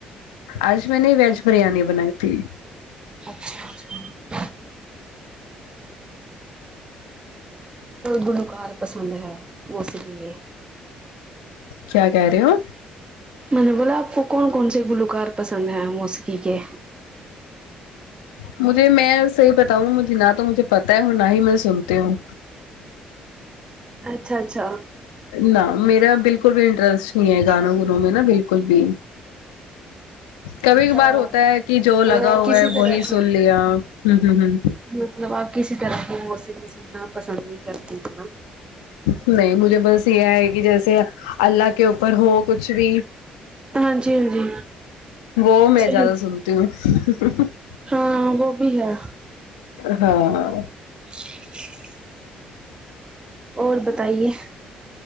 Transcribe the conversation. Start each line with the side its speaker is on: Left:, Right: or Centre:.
Left: آج میں نے ویج بریانی بنائی تھی
Right: اچھا اچھا گلوکار پسند ہے موسیقی کے
Left: کیا کہہ رہے ہو
Right: میں نے بولا آپ کو کون کون سے گلوکار پسند ہیں موسیقی کے
Left: مجھے میں صحیح بتاؤں مجھے نہ تو مجھے پتہ ہے اور نہ ہی میں سنتی ہوں
Right: اچھا اچھا
Left: نہ میرا بالکل بھی انٹرسٹ نہیں ہے گانوں گونو میں نا بالکل بھی کبھی کبھار
Right: ہاں
Left: ہوتا ہے کہ جو لگا ہوا
Right: کسی
Left: ہے
Right: طرح
Left: وہی
Right: کی
Left: سن لی یا ہوں ہوں ہوں
Right: مطلب آپ کسی طرح کی موسیقی سننا پسند نہیں کرتی اتنا
Left: نہیں مجھے بس یہ ہے کہ جیسے اللہ کے اوپر ہو کچھ بھی
Right: ہاں جی ہاں جی
Left: وہ میں
Right: صحیح
Left: <unintelligible>
Right: ہاں وہ بھی ہے
Left: ہاں
Right: <unintelligible> اور بتائیے